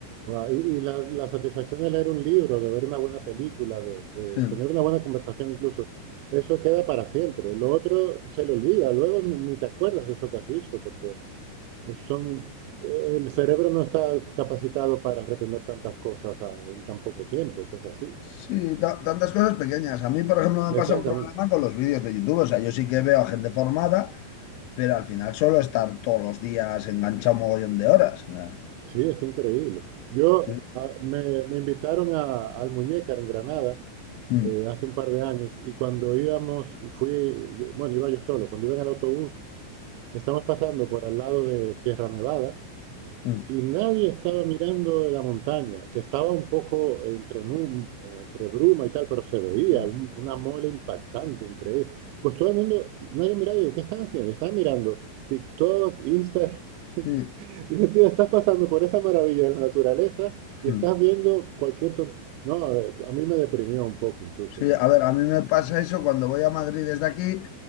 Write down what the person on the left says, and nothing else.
<laughs>
Sí, ta- tantas cosas pequeñas. A mí, por ejemplo, me
pasa un problema con los vídeos de YouTube. O sea, yo sí que veo a gente formada, pero al final solo estar todos los días enganchado un mogollón de horas. O sea,
sí.
Hmm.
hmm.
Mm,
Sí,
mm.
sí,
a ver, a mí me pasa eso cuando voy a Madrid desde aquí,